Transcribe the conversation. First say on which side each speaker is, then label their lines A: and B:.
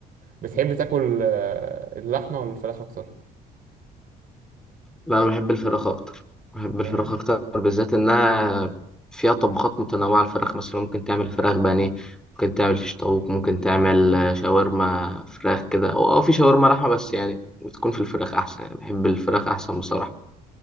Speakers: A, on the right; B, in the centre.
A: بتحب تاكل آه، اللحمه ولا الفراخ اكتر
B: لا انا بحب الفراخ اكتر بحب الفراخ
A: يعني
B: اكتر بالذات انها فيها طبخات متنوعه الفراخ مثلا ممكن تعمل فراخ بانيه ممكن تعمل فيش طاووق ممكن تعمل آه، شاورما فراخ كده او أو في شاورما لحمه بس يعني بتكون في الفراخ احسن يعني بحب الفراخ احسن بصراحه